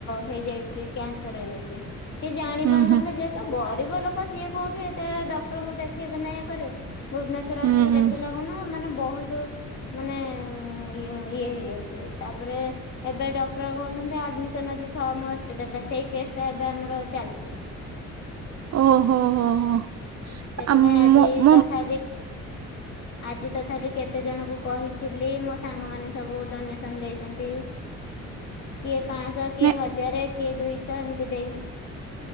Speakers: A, on the left (about 60°); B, on the right (about 55°).
A: ହେଇଯାଇଚି କ୍ୟାନସର ହେଇଯାଇଚି। ସିଏ ଜାଣି
B: ହୁଁ
A: ପାରୁ
B: ହୁଁ
A: ନଥିଲେ
B: ହୁଁ ହୁଁ
A: ଯେ ଗରିବ ଲୋକ ସିଏ କୋଉଠୁ ଏତେ ଡକ୍ଟରଙ୍କୁ ଦେଖେଇବେ ନା ଇଏ କରିଏ ଭୁବନେଶ୍ୱର
B: ହୁଁ
A: ସିଏ
B: ହୁଁ
A: ଦେଖିଲାଖୁନୁ ମାନେ ବୋହୁତୁ ମାନେ ଇ ଇଏ ହେଇଯାଇଚି ତାପରେ ଏବେ ଡକ୍ଟର କହୁଚନ୍ତି ଆଡମିସନ ଅଛି ସମ୍ ହସ୍ପିଟାଲରେ ସେଇ କେସ୍ ଟା ଏବେ ଆମର ଚାଲିଚି।
B: ଓହୋ ହୋ ହୋ
A: ସେଥିପାଇଁ
B: ଆ
A: ଆଜି
B: ମୋ ମୋ
A: ତଥାବି ଆଜି ତଥାପି କେତେଜଣୁକୁ କହିଥିଲି ମୋ ସାଙ୍ଗମାନେ ସବୁ ଡୋନେସନ୍ ଦେଇଛନ୍ତି। କିଏ ପାଁସ କିଏ
B: ନାଇଁ
A: ହଜାରେ କିଏ ଦୁଇଶ ଏମିତି ଦେଇଛନ୍ତି।